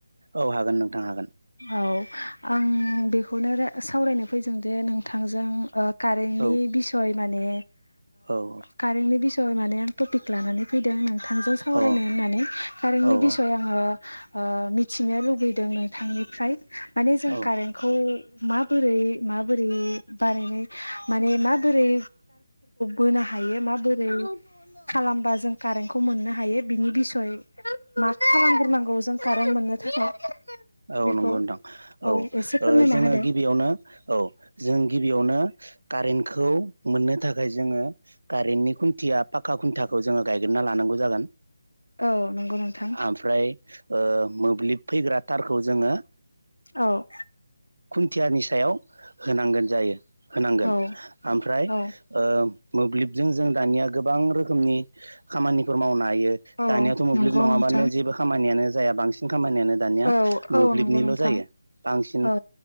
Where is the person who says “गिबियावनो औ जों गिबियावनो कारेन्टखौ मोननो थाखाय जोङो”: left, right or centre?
Right